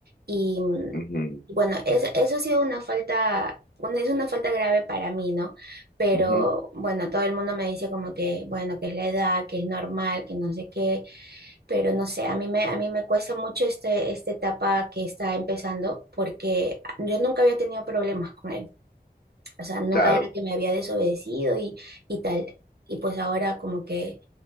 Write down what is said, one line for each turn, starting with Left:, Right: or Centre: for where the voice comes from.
Right: y mm,
Left: ujú,
Right: bueno, es- eso ha sido una falta. una- es una falta grave para mí, ¿no? Pero
Left: ujú.
Right: bueno, todo el mundo me dice como que, bueno, que es la edad, que es normal, que no sé qué pero no sé, a mí me, a mí me cuesta mucho este, esta etapa que está empezando porque yo nunca había tenido problemas con él, o sea, nunca
Left: Claro.
Right: era que me había desobedecido y, y tal. Y pues ahora como que